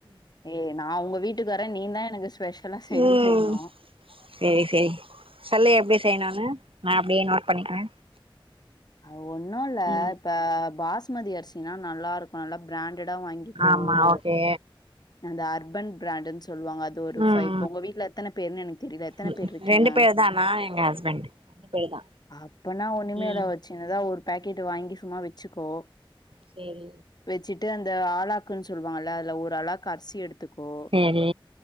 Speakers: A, on the left; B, on the right.
A: ஏ நா ஒங்க வீட்டுக்கு வரே நீ தா எனக்கு ஸ்பெஷலா செஞ்சு
B: ம்
A: போட்னு
B: சேரி சேரி சொல்லு எப்டி செய்ணுனு நா அப்டியே நோட் பண்ணிக்குறே
A: அது ஒன்னு இல்ல
B: ம்
A: இப்ப பாஸ்மதி அரிசினா நல்லாருக்கு நல்லா பிராண்டடா வாங்கி கோ
B: ஆமா
A: ஒரு
B: ஓகே
A: அந்த அர்பன் பிராண்ட்டுன் சொல்வாங்க அது ஒரு
B: ம்
A: ஃபை இப்ப ஒங்க வீட்ல எத்தன பேருனு எனக்கு தெரில எத்தன
B: ம்
A: பேர் இருக்கீங்க
B: ரெண்டு பேர் தா நா எங்க ஹஸ்பண்ட் ரெண்டு பேர் தா
A: அப்பனா ஒன்னுமே
B: ம்
A: இல ஒ சின்னதா ஒரு பேக்கெட் வாங்கி சும்மா வச்சுக்கோ
B: சேரி
A: வெச்சுட்டு அந்த ஆளாக்குனு சொல்வாங்கல்ல அதுல ஒரு ஆளாக்கு அரிசி எடுத்துக்கோ
B: சேரி